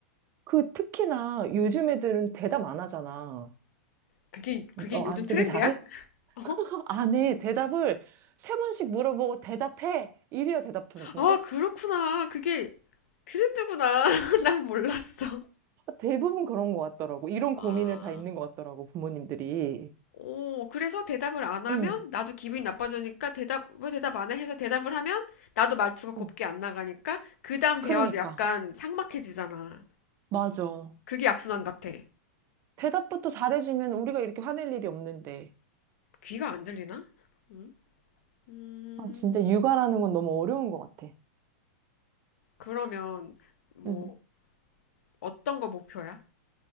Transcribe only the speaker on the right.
그 특히나 요즘 애들은 대답 안 하잖아.
어,
아들은
잘해?
안 해. 대답을 세 번씩 물어보고 대답해. 이래야 대답하는데?
대부분 그런 것 같더라고. 이런
고민을 다 있는 것 같더라고, 부모님들이.
응,
응.
그러니까.
맞아.
대답부터 잘해주면 우리가 이렇게 화낼 일이 없는데.
아, 진짜 육아라는 건 너무 어려운 것 같아.
응.